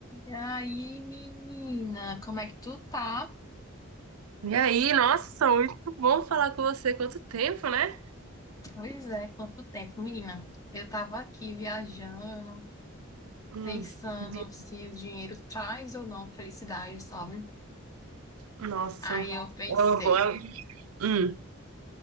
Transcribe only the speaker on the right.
E aí, nossa, muito bom falar com você. Quanto tempo, né?
Hum,
vi-
nossa.
Ó, boa- Hum,